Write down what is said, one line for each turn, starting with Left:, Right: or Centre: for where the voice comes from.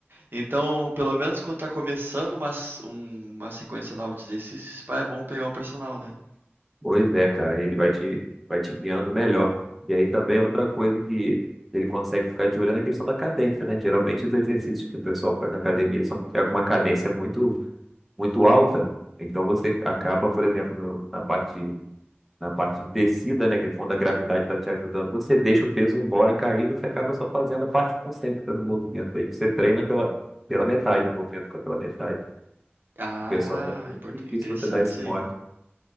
Right: Então, pelo menos quando tá começando uma, um- uma sequência nova de exercícios, pá, é bom pegar um personal, né?
Centre: Pois é, cara, ele vai te, vai te criando melhor. E aí também é outra coisa que ele consegue ficar de olho é na questão da cadência, né? Geralmente os exercícios que o pessoal faz na academia são é com uma cadência muito, muito alta. Então você acaba, por exemplo, no- na parte na parte de descida, né, que é quando a gravidade está te ajudando, você deixa o peso embora cair e você acaba só fazendo a parte concêntrica do movimento aí, que você treina pela, pela metade, o movimento fica pela metade.
Right: Ah,
Centre: O personal é muito
Right: import-
Centre: difícil
Right: interessante
Centre: você dar esse
Right: isso
Centre: mole.
Right: aí.